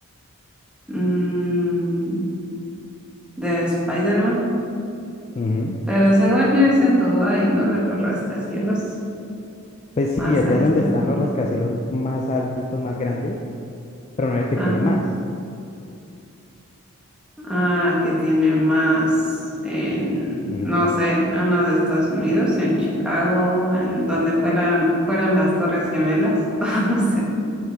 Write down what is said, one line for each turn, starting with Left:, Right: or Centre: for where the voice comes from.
Centre: Mm, de Spider-Man.
Left: Ujú.
Centre: Pero según yo es en Dubái, ¿no? De los rascacielos
Left: Pues sí,
Centre: más
Left: allá
Centre: altos
Left: es donde
Centre: del
Left: están
Centre: mundo.
Left: los rascacielos más altos, más grandes, pero no es el que
Centre: Ajá.
Left: tiene más.
Centre: Ah, que tiene más en,
Left: Ujú.
Centre: no sé, uno de Estados Unidos, en Chicago, en donde fueron, fueron las Torres Gemelas, <laughs> o no sé.